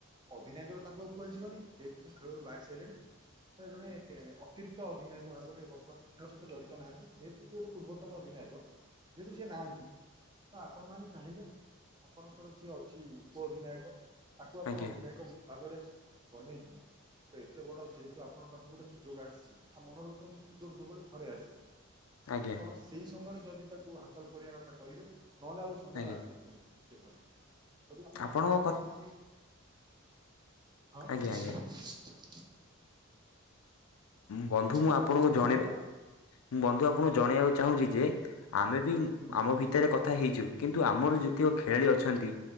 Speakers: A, on the right; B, on the left.
A: ଅଧିନାୟକ ତାଙ୍କୁ ଆଉ କୁହାଯିବନି ଯେହେତୁ ସେ ଖେଳରୁ ବାହାରି ସାରିଲେଣି ସେ ଜଣେ ଅତିରିକ୍ତ ଅଧିନାୟକ ଭାବରେ ବର୍ତ୍ତମାନ ଖେଳ ସହିତ ଜଡ଼ିତ ନାହାନ୍ତି ଯେହେତୁ ଯେ ଗୋଟେ ପୂର୍ବତନ ଅଧିନାୟକ। ଯେହେତୁ ସେ ନାହାନ୍ତି ତ ଆପଣମାନେ ଚାହିଁଲେ ଆପଣଙ୍କର ଯିଏ ଅଛି ଉପ ଅଧିନାୟକ ତାକୁ ଆପଣ
B: ଆଜ୍ଞା
A: ଅଧିନାୟକ ଙ୍କ ଭାବରେ ବନେଇକି ସେ ଏତେ ବଡ଼ ଯେହେତୁ ଆପଣଙ୍କ ପାଖକୁ ଗୋଟେ ସୁଯୋଗ ଆସିଛି ଆ ମନର ସୁଯୋଗ ସବୁବେଳେ ଥରେ ଆସେ
B: ଆଜ୍ଞା ଆଜ୍ଞା
A: ଆପଣ ସେହି ସମୟରେ ଯଦି ତାକୁ ହାସଲ କରିବା କଥା କରିବେ ନହେଲେ ଆହୁରି ସମୟ
B: ଆଜ୍ଞା
A: ଆସିବ ଦ୍ୱିତୀୟଥର। ଯଦି ଆପଣ
B: ଆପଣଙ୍କ
A: ଭାବୁଛନ୍ତି କି ହଁ
B: ଆଜ୍ଞା ଆଜ୍ଞା
A: <unintelligible>
B: ବନ୍ଧୁ
A: ହଁ
B: ମୁଁ ଆପଣଙ୍କୁ
A: କଣ ପଚାରୁଥିଲେ
B: ଜଣେ ମୁଁ
A: ପରା?
B: ବନ୍ଧୁ ଆପଣଙ୍କୁ ଜଣେଇବାକୁ ଚାହୁଁଛି ଯେ ଆମେ ବି
A: ହଁ
B: ଆମ ଭି ତେରେ କଥା ହେଇଜୀବୁ କିନ୍ତୁ ଆମର ଯେତିକ ଖେଳାଳି ଅଛନ୍ତି।